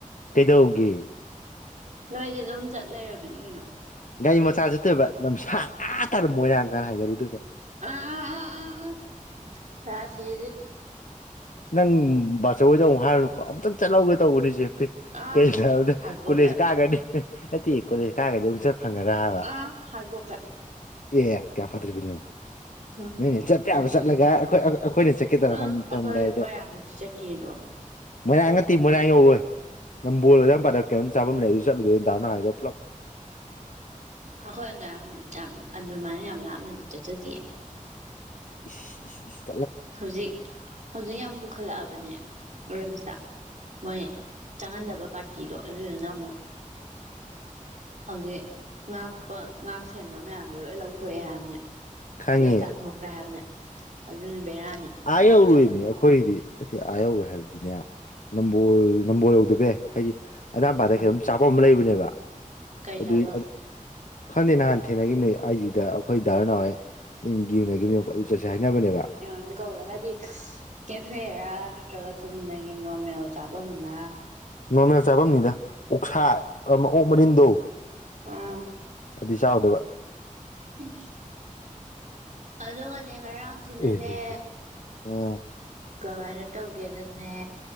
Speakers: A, on the left; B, on the right.
A: ꯀꯩꯗꯧꯔꯒꯦ
B: ꯅꯣꯏꯗꯤ ꯑꯗꯨꯝ ꯆꯠ ꯂꯩꯔꯕꯅꯤ ꯀꯩꯅꯣ
A: ꯒꯥꯔꯤ ꯃꯆꯥ ꯆꯠꯇꯣꯏꯕ ꯂꯝꯁꯥꯡ ꯑꯥ ꯇꯥꯅꯥ ꯃꯣꯏꯔꯥꯡ ꯇꯥꯅ ꯍꯥꯏꯒꯠꯂꯨꯗꯣꯏꯕ
B: ꯑꯥ ꯑꯥ ꯑꯥ ꯑꯥ ꯑꯥ ꯔꯥꯁꯤꯗꯤ
A: ꯅꯪ ꯕꯥꯆꯧ ꯍꯣꯏꯗ ꯑꯃꯨꯛ ꯍꯥꯏꯔꯨꯅꯨꯀꯣ ꯑꯃꯨꯛꯇꯪ ꯆꯠꯍꯧꯒꯦ ꯇꯧꯕꯅꯤ ꯆꯦꯄꯤꯛ
B: ꯑ
A: ꯀꯩꯒꯤꯅꯣ ꯍꯥꯏꯕꯗ
B: ꯍꯥꯏꯗꯣꯛꯀꯦ
A: ꯀꯣꯂꯦꯁ ꯀꯥꯒꯔꯅꯤ ꯅꯠꯇꯦ ꯀꯣꯂꯦꯖ ꯀꯥꯔꯒꯗꯤ ꯑꯃꯨꯛ ꯆꯠ ꯐꯪꯉꯔ ꯍꯥꯏꯕ
B: ꯑ ꯍꯥꯏꯗꯣꯛꯀꯦ
A: ꯑꯦ ꯀꯌꯥ ꯐꯠꯇ꯭ꯔꯤꯕꯅꯤꯣ
B: ꯎꯝ
A: ꯅꯣꯏꯅꯦ ꯆꯠꯄꯦ
B: ꯔꯥꯁꯤꯗꯤ
A: ꯌꯥꯕ ꯆꯠꯂꯒ ꯑꯩꯈꯣꯏ ꯑꯩꯈꯣꯏꯅ ꯆꯠꯀꯦ ꯇꯧꯔꯛꯔꯝꯗꯥꯏꯗ
B: ꯑꯥ ꯑꯩꯈꯣꯏ ꯃꯣꯏꯔꯥꯡꯗꯗꯤ ꯆꯠꯇꯤꯌꯦꯗꯣ
A: ꯃꯣꯏꯔꯥꯡ ꯉꯠꯇꯦ ꯃꯣꯏꯔꯥꯡ ꯌꯧꯔꯣꯏ ꯅꯝꯕꯣꯗ ꯌꯥꯝ ꯄꯥꯗ ꯀꯩꯅꯝ ꯆꯥꯝ ꯂꯩ ꯑꯗꯨ ꯆꯠꯂꯗꯣꯏꯅ ꯇꯧꯅ ꯍꯥꯏꯔꯣ ꯄꯨꯂꯞ
B: ꯑꯩꯈꯣꯏ ꯑꯗꯨ ꯌꯥꯝ ꯑꯗꯨꯃꯥꯏꯅ ꯌꯥꯝ ꯂꯥꯞꯅꯗꯤ ꯆꯠꯆꯗꯤꯌꯦ
A: <unintelligible>
B: ꯍꯧꯖꯤꯛ ꯍꯧꯖꯤꯛ ꯌꯥꯝ ꯄꯨꯈꯠꯂꯛꯑꯕꯅꯦ ꯔꯤꯝꯁꯇ ꯃꯣꯏ ꯆꯪꯍꯟꯗꯕ ꯄꯥꯔꯇꯤꯗꯣ ꯑꯗꯨꯗꯨꯅ ꯑꯃꯨꯛ ꯍꯧꯖꯤꯛ ꯉꯥꯛꯄ ꯉꯥꯛ ꯁꯦꯟꯕ ꯃꯌꯥꯝꯗꯣ ꯂꯣꯏ ꯂꯧꯊꯣꯛꯑꯦ ꯍꯥꯏꯕꯅꯤ
A: ꯈꯪꯉꯦ
B: ꯂꯣꯏ ꯇꯥꯟꯊꯣꯛꯈ꯭ꯔꯦ ꯍꯥꯏꯕꯅꯦ ꯑꯗꯨꯅ ꯕꯦꯔꯥꯅꯤ
A: ꯑꯌꯦ
B: ꯂꯥꯞꯅ
A: ꯑꯣꯔ
B: ꯆꯠꯀꯅꯨ
A: ꯑꯣꯏꯣꯏ ꯑꯩꯈꯣꯏꯗꯤ ꯏꯊꯤ ꯑꯥ ꯌꯧꯔꯣꯏ ꯍꯥꯏꯕꯗꯤꯅꯦ ꯅꯝꯕꯣꯜ ꯅꯝꯕꯣꯜ ꯌꯧꯗꯕ ꯌꯥꯏ ꯍꯥꯏꯗꯤ ꯑꯗꯥꯝꯄꯥꯗ
B: ꯎꯝ
A: ꯈꯤꯇꯝ ꯆꯥꯄ ꯑꯃ ꯂꯩꯕꯅꯦꯕ
B: ꯀꯩ
A: ꯑꯗꯨꯏ
B: ꯆꯥꯐꯝ
A: ꯈꯪꯗꯦ ꯅꯍꯥꯟ ꯊꯦꯡꯅꯈꯤꯕꯅꯤ ꯑꯩꯁꯤꯗ ꯑꯩꯈꯣꯏ ꯗꯥꯔ ꯅꯥꯎꯋꯦ ꯌꯦꯡꯅꯈꯤꯕꯅꯦꯕꯀꯣ ꯑꯗꯨ ꯆꯠꯁꯦ ꯍꯥꯏꯅꯕꯅꯦꯕ
B: ꯃꯤ ꯀꯧꯋꯦ ꯍꯥꯏꯗꯤ ꯀꯦꯐꯦꯔꯥ ꯅꯠꯇ꯭ꯔꯒ ꯆꯨꯝꯅꯒꯤ ꯅꯣꯔꯃꯦꯜ ꯆꯥꯐꯝꯂ
A: ꯅꯣꯔꯃꯦꯜ ꯆꯥꯐꯝꯅꯤꯗ ꯑꯣꯛꯁꯥ ꯃ ꯑꯣꯛ ꯃꯔꯤꯟꯗꯣ
B: ꯑꯥ
A: ꯑꯗꯨꯗꯤ ꯆꯥꯎꯥꯎꯗꯕ
B: ꯄꯁ ꯑꯗꯨꯒꯅꯦ ꯉꯔꯥꯡꯁꯤꯅꯅꯦ
A: ꯑꯦꯍꯦ ꯑ
B: ꯀꯃꯥꯏꯅ ꯇꯧꯒꯦꯗꯅꯦ